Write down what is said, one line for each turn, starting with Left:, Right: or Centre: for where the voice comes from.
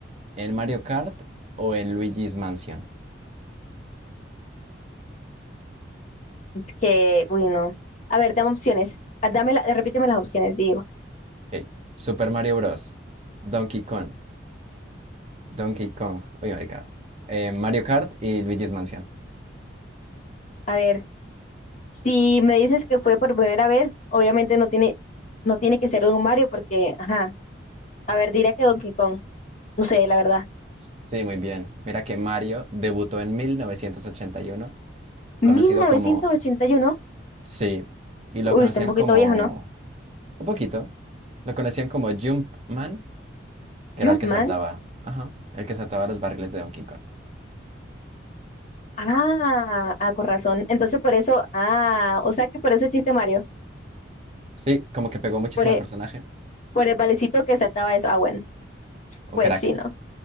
Right: ¿En Mario Kart? ¿O en Luigi's Mansion?
Left: Es que, uy, no. A ver, dame opciones. Ah, Dame la- repíteme las opciones, digo.
Right: Ok. Super Mario Bros. Donkey Kong. Donkey Kong. Uy, marica. Eh, Mario Kart y Luigi's Mansion.
Left: A ver, si me dices que fue por primera vez, obviamente no tiene, no tiene que ser un Mario, porque, ajá. A ver, diría que Donkey Kong. No sé, la verdad.
Right: Sí, muy bien. Mira que Mario debutó en 1981, conocido
Left: mil novecientos
Right: como...
Left: ochenta y uno
Right: Sí. Y lo
Left: Uy,
Right: conocían
Left: está un poquito
Right: como...
Left: viejo, ¿no?
Right: Un poquito. Lo conocían como Jumpman, que era
Left: Jumpman.
Right: el que saltaba. Ajá. El que saltaba los barriles de Donkey Kong.
Left: Ah, ah, con razón. Entonces por eso, ah, o sea que por ese chiste Mario,
Right: Sí, como que pegó muchísimo
Left: por el,
Right: el personaje.
Left: por el valecito que saltaba eso. Ah, bueno,
Right: Un
Left: pues
Right: crack.
Left: sí, ¿no?